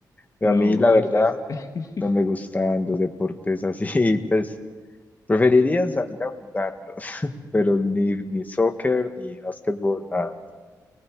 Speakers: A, on the left; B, on the left.
A: Pero
B: No,
A: a mí la
B: golf
A: verdad
B: es. <laughs>
A: no me gustan los deportes así, <laughs> pues preferiría salir a jugarlos, <laughs> pero ni, ni soccer, ni básquetbol, nada.